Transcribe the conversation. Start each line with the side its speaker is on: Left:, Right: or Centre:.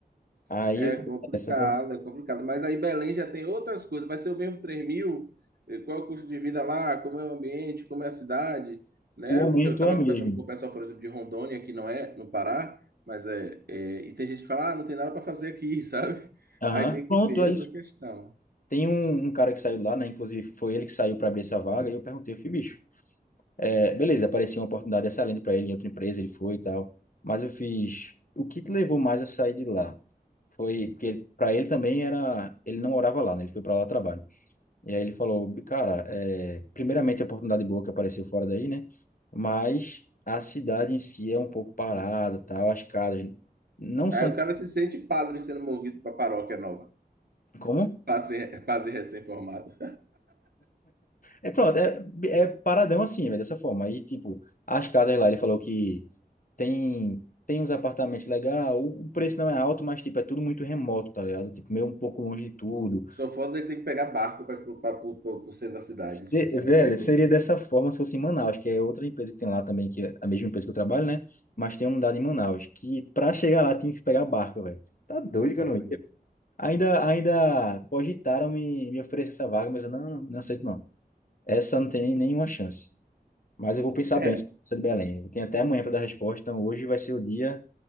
Right: <laughs>
Left: Aí
Right: é
Left: eu
Right: complicado,
Left: essa eu tô-
Right: é complicado. Mas aí Belém já tem outras coisas. Vai ser o mesmo 3 mil? Eh, Qual é o custo de vida lá? Como é o ambiente? Como é a cidade? Né?
Left: o aumento
Right: Porque eu estava
Left: é mesmo.
Right: conversando com o pessoal, por exemplo, de Rondônia, que não é no Pará, mas é, é- E tem gente que fala, ah, não tem nada para fazer aqui, <laughs> sabe?
Left: Aham.
Right: Aí tem
Left: Pronto,
Right: que ver
Left: é
Right: essa
Left: isso.
Right: questão.
Left: Tem um, um cara que saiu lá, né? Inclusive, foi ele que saiu para abrir essa vaga. E eu perguntei, eu fui, bicho, é, beleza, apareceu uma oportunidade excelente para ele em outra empresa, ele foi e tal. Mas eu fiz, o que te levou mais a sair de lá? Foi porque para ele também era, ele não morava lá, né? Ele foi para lá trabalho. E aí ele falou, cara, é, primeiramente a oportunidade boa que apareceu fora daí, né? Mas a cidade em si é um pouco parada, tal, as casas não
Right: Aí
Left: são
Right: o cara se sente padre sendo movido para paróquia nova.
Left: como?
Right: Padre, padre recém-formado.
Left: É pronto, é, é paradão assim, velho, dessa forma. Aí, tipo, as casas lá, ele falou que tem tem uns apartamentos legais, o o preço não é alto, mas tipo, é tudo muito remoto, tá ligado? Tipo, meio um pouco longe de tudo.
Right: Só foda ele tem que pegar barco para o centro da cidade.
Left: Se-
Right: Tipo assim,
Left: Velho,
Right: aí vai ver.
Left: seria dessa forma se fosse em Manaus, que é outra empresa que tem lá também, que é a mesma empresa que eu trabalho, né? Mas tem uma unidade em Manaus, que pra chegar lá tinha que pegar barco, velho. Tá doido que
Right: Ó,
Left: eu não
Right: pra
Left: ia.
Right: isso.
Left: Ainda, ainda cogitaram me, me oferecer essa vaga, mas eu não, não aceito não. Essa não tem nem- nenhuma chance. Mas eu vou pensar
Right: É,
Left: bem, essa de Belém. Eu tenho até amanhã para dar resposta, então hoje vai ser o dia